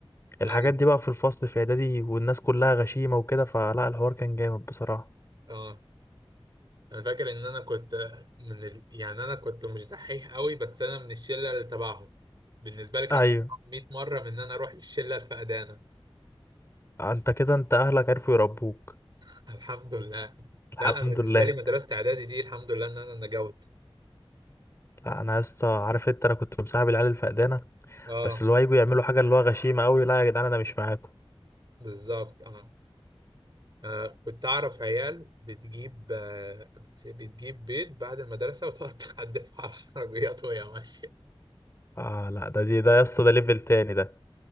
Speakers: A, on the left (about 25°); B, on the right (about 45°).
A: الحاجات
B: ايوه
A: دي بقى في الفصل في اعدادي والناس كلها غشيمة وكده فلا الحوار كان جامد بصراحة
B: اه انا فاكر ان انا كنت من ال... يعني انا كنت مش دحيح قوي بس انا من الشله اللي تبعهم بالنسبه لي كان
A: ايوه
B: أصعب 100 مره من ان انا اروح للشله الفقدانه
A: انت كده انت اهلك عرفوا يربوك
B: <laughs> الحمد لله
A: الحمد
B: لا انا بالنسبه
A: لله
B: لي مدرسه اعدادي دي الحمد لله ان انا نجوت
A: لا انا يا اسطى عارف انت انا كنت مصاحب العيال الفقدانة
B: اه
A: بس اللي هو يجوا يعملوا حاجة اللي هو غشيمة قوي لا يا جدعان انا مش معاكم
B: بالظبط اه آه، كنت اعرف عيال بتجيب آه، بت- بتجيب بيض بعد المدرسه وتقعد تحدفه على العربيات وهي ماشيه
A: اه لا ده دي ده يا اسطى ده ليفل تاني ده